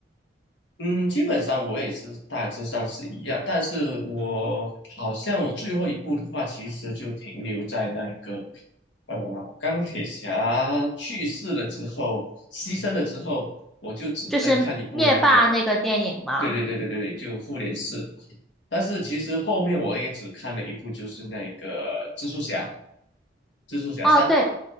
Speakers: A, on the left; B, in the centre.
A: 嗯，基本上我也是大致上是一样，但是我好像我最后一部的话，其实就停留在那个呃钢铁侠去世了之后，牺牲了之后，我就只在看一部那个，
B: 就是灭霸那个电影嘛。
A: 对对对对对对，就复联四，但是其实后面我也只看了一部，就是那个蜘蛛侠，蜘蛛侠三，
B: 哦，对，